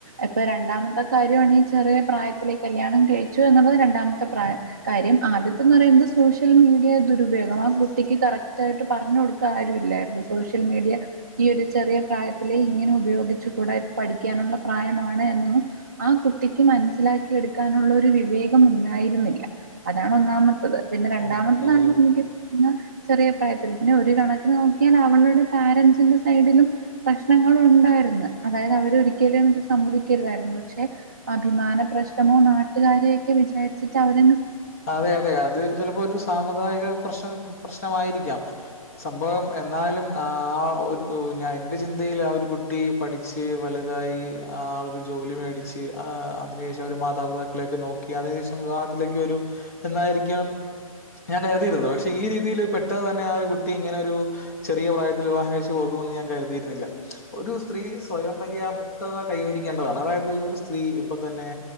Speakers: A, on the right (about 30°); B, on the left (about 25°).
A: ഇപ്പൊ രണ്ടാമത്തെ കാര്യണ് ഈ ചെറിയപ്രായത്തിലെ കല്യാണകഴിച്ചുന്നുള്ളത് രണ്ടാമത്തെ പ്രായം കാര്യം ആദ്യത്തെന്ന്റയുന്നത് സോഷ്യൽ മീഡിയ ദുരുപയോഗം ആഹ് കുട്ടിക്ക് കറക്റ്റായിട്ട് പറഞ്ഞു കൊടുക്കാരുല്ലായിരുന്നു സോഷ്യൽ മീഡിയ ഈ ഒരു ചെറിയ പ്രായത്തിലെ ഇങ്ങനെ ഉപയോഗിച്ചു കൂട ഇപ്പ പഠിക്കാനുള്ള പ്രായമാണ് എന്നൊന്നും ആഹ് കുട്ടിക്ക് മനസ്സിലാക്കി എടുക്കാനുള്ള ഒരു വിവേകം ഉണ്ടായിരുന്നില്ല അതാണ് ഒന്നാമത്തത് പിന്നെ രണ്ടാമത്തതാണ്
B: ഓക്കേ.
A: <unintelligible> ചെറിയ പ്രായത്തില് പിന്നെ ഒരു കണക്കിന് നോക്കിയാൽ അവളുടെ പാരൻ്റ്സിന്റെ സൈഡിലും പ്രശ്നങ്ങണ്ടായിരുന്നു അതായത് അവരൊരിക്കലും ഇത് സമ്മതിക്കരുതായിരുന്നു പക്ഷെ അഭിമാന പ്രശ്നമോ നാട്ടുകാരെയൊക്കെ വിചാരിച്ചിട്ട് അവര
B: അതെ അതെ അത് ചിലപ്പോ ഒരു സാമുദായിക പ്രശ്ന പ്രശ്നമായിരിക്കാം സംഭവം എന്നാലും ആ ആ ഒരു ഞാൻ എന്റെ ചിന്തയിൽ ആ ഒരു കുട്ടി പഠി ച്ച് വല്തായി ആ ഒരു ജോലി മേടിച്ച് ആ അതിനേഷം അവര് മാതാപിതാക്കളെക്കെ നോ ക്കി അതിനേഷം വിവാഹത്തിലേക്ക് ഒരു എന്നായിരിക്കാം ഞാന് തിയിരുന്നു പക്ഷേ ഈ രീതിയില് പെട്ടെന്ന് തന്നെ ആ ഒര് കുട്ടി ഇങ്ങനൊരൂ ചെറിയ പ്രായത്തില് വിവാഹം കഴിച്ച് പോകുമെന്ന് ഞാൻ കര്തിയിരുന്നില്ല ഒരു സ്ത്രീ സ്വയംപര്യാപ് തദാ കൈവരിക്കേണ്ടതാണ് അതായത് ഒര് സ്ത്രീ ഇപ്പൊ തന്നെ